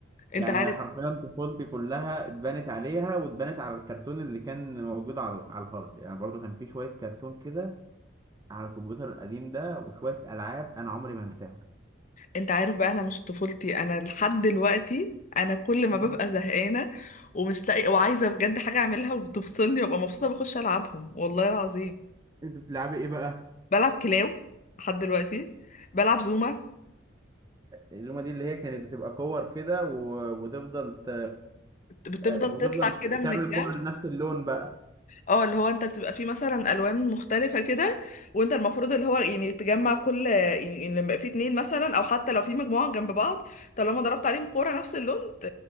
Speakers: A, on the right; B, on the left.
A: يعني
B: انت عارف
A: حرفيا طفولتي كلها اتبنت عليها واتبنت على الكرتون اللي كان موجود على على الهارد يعني برضو كان في شوية كرتون كده على الكمبيوتر القديم ده وشوية ألعاب أنا عمري ما أنساهم
B: انت عارف بقى انا مش طفولتي انا لحد دلوقتي انا كل ما ببقى
A: مم.
B: زهقانه ومش لاقي وعايزه بجد حاجه اعملها وبتفصلني وابقى مبسوطه بخش العبهم والله العظيم
A: أنت بتلعبي إيه بقى؟
B: بلعب كلاو لحد دلوقتي بلعب زوما
A: اللومة دي اللي هي كانت بتبقى كور كده و... وتفضل ت...
B: بتفضل
A: آه، وتفضل
B: تطلع كده من
A: تعمل
B: الجنب
A: كور لنفس اللون بقى.
B: اه اللي هو انت بتبقى فيه مثلا الوان مختلفه كده وانت المفروض اللي هو يعني تجمع كل يعني يعني لما يبقى فيه اتنين مثلا او حتى لو في مجموعه جنب بعض طالما ضربت عليهم كوره نفس اللون ت...